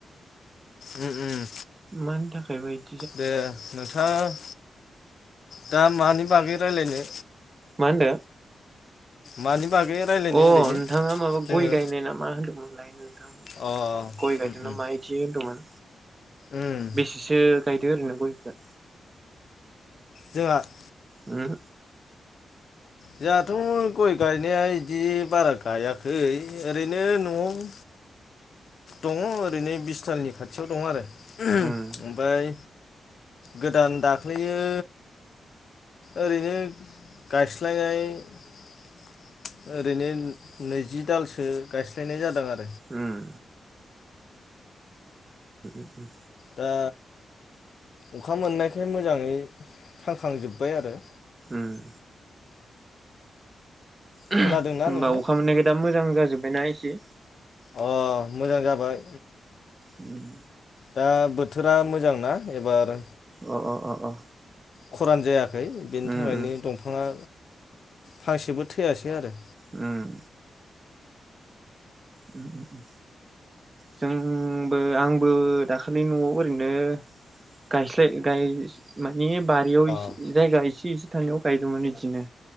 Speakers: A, on the left; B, on the right.
A: उम उम।
B: मानि थाखाय बा इद
A: दे नोंथां। दा मानि बागै रायलायनो?
B: मा होनदो?
A: मानि बागै रायलायनो
B: अ
A: ओरैनो
B: नोंथाङा माबा
A: जोङो
B: गय गायनाय ना मा होनदोंमोन? लायनो थां नों
A: अ
B: गय गायदोंना
A: उम उम
B: मा इदि होनदोंमोन?
A: उम
B: बेसेसो गायदो ओरैनो गयखो।
A: जोंहा <inaudible>
B: उम
A: जोंहाथ' गय गायनाया बिदि बारा गायाखै ओरैनो न'आव दङ ओरैनो बिसथालनि खाथि। खाथियाव दंङ आरो।
B: उम।
A: ओमफ्राय गोदान दाख्लैयो ओरैनो गायस। <unintelligible> ओरैनो नै। जि दालसो गायस्लायनाय जादों आरो।
B: उम। उम।
A: दा अखा मोननायखाय मोजांङै थांखांजोब्बाय आरो।
B: उम। होमबा
A: खोनादोंना नोंथां
B: अखा मोननायखै दा मोजां। जाजोबबायना एसे।
A: अ मोजां जाबाय।
B: उम।
A: दा बोथोरा मोजांना एबार।
B: अ अ अ अ।
A: खुरान जायाखै। बेनि
B: उम
A: थाखायनो
B: उम
A: दंफाङा। फांसेबो थैयासै आरो।
B: उम। उम उम उम। जोंबो आंबो। दाखालि न'आव ओरैनो गायस्लाय गाय माने बारियाव
A: अ
B: जायगा एसे एसे थानायाव गायदोंमोन बिदिनो।